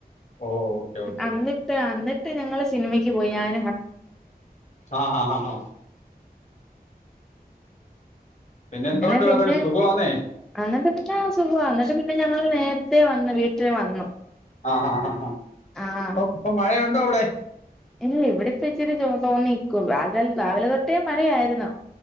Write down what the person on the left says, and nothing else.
ഓഹ ഓക്കെ ഓക്കെ
ഓക്കെ
ആഹ ഹഹ് ഹഹ് പിന്നെ
എന്തുകൊണ്ട്
വേറെ സുഖമാണേ
ആഹ ആ ആഹ് ആ അപ്പ
ഇപ്പൊ മഴയുണ്ടോ അവിടെ